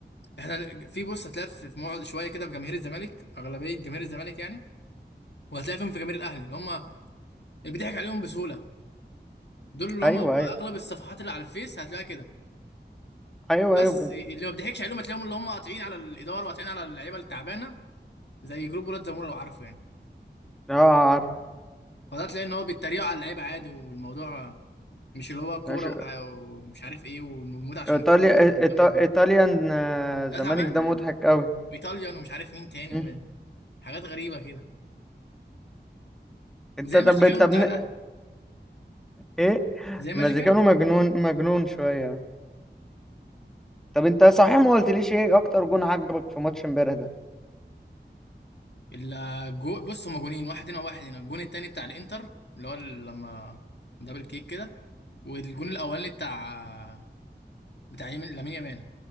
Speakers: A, on the left; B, in the centre.
A: احنا في بص هتلاقي في في مقعد شويه كده في جماهير الزمالك اغلبيه جماهير الزمالك يعني وهتلاقي فيهم في جماهير الاهلي اللي هم اللي بيضحك عليهم بسهوله دول اللي
B: ايوه
A: هم
B: ايوه
A: اغلب الصفحات اللي على الفيس هتلاقيها كده
B: ايوه
A: بس
B: ايوه بجد
A: اللي ما بيضحكش عليهم هتلاقيهم اللي هم قاطعين على الاداره وقاطعين على اللعيبه التعبانه زي جروب ولاد زموره لو عارفه يعني
B: اه عارف
A: فده تلاقي ان هو بيتريقوا على اللعيبه عادي والموضوع مش اللي هو كوره
B: ماشي.
A: وح- ومش عارف ايه ونموت عشان
B: ايطاليا
A: الكوره والدم
B: إيطا...
A: ده
B: ايطاليان آه، زمالك
A: ده تعبان
B: ده
A: ده
B: مضحك قوي
A: ايطاليان ومش عارف مين تاني
B: مهم.
A: وحاجات غريبه كده
B: انت
A: زي
B: طب
A: ما كانوا
B: طب
A: بتاع
B: ن-
A: الاهلي
B: ايه
A: زي ماجيكانو
B: مزيكانو مجنون مجنون شويه طب انت صحيح ما قلتليش ايه اكتر جون عجبك في ماتش امبارح ده
A: الجو بص هما جونين واحد هنا وواحد هنا الجون التاني بتاع الانتر اللي هو لما دبل كيك كده والجون الاولاني بتاع بتاع يمين لامين يامال